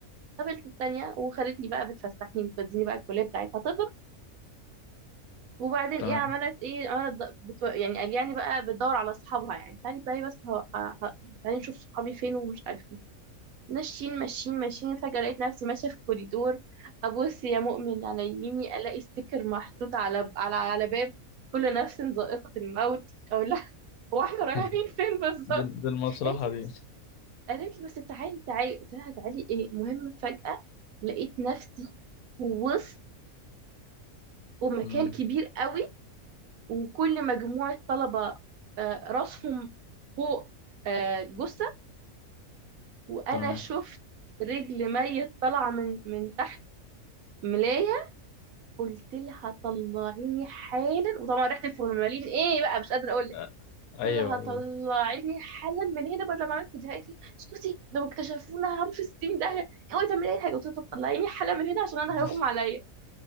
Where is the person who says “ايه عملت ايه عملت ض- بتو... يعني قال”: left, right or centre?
Right